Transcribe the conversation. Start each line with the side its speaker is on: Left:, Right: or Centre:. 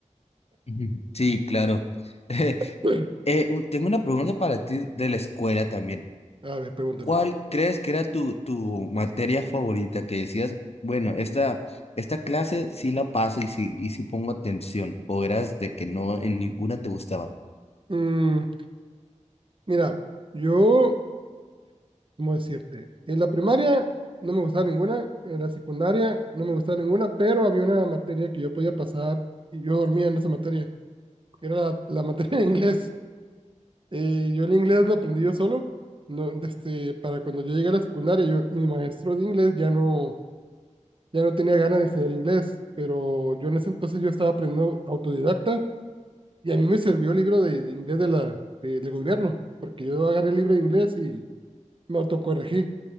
Left: Ujú. Sí, claro. <laughs>
Right: <clears throat>
Left: Eh, u- tengo una pregunta para ti de la escuela también.
Right: A ver, pregúntame.
Left: ¿Cuál crees que era tu, tu materia favorita que decías, bueno, esta, esta clase sí la paso y sí, y sí pongo atención? ¿O eras de que no en ninguna te gustaba?
Right: Mm, mira, yo ¿cómo decirte? En la primaria no me gustaba ninguna, en la secundaria no me gustaba ninguna, pero había una materia que yo podía pasar y yo dormía en esa materia, era la, <laughs> la materia de inglés. Eh, yo el inglés lo aprendí yo solo, no, este para cuando yo llegué a la secundaria, yo, mi maestro de inglés ya no, ya no tenía ganas de enseñar inglés, pero yo en ese entonces yo estaba aprendiendo autodidacta y a mí me sirvió el libro de, de inglés de la, de- del gobierno, porque yo agarré el libro de inglés y me autocorregí.